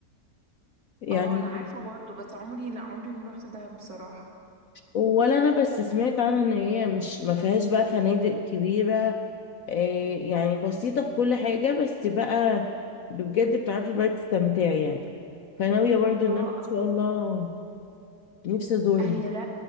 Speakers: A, on the left; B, on the right.
A: يعني
B: اه انا عارفه برضه بس عمري لا عمري ما روحت دهب بصراحه
A: ولا انا بس سمعت عنها ان هي مش ما فيهاش بقى فنادق كبيرة آه، يعني بسيطة في كل حاجة بس بقى بجد بتعرفي بقى تستمتعي يعني فناوية برضو ان
B: اه
A: انا ان شاء الله نفسي ازورها
B: هي ده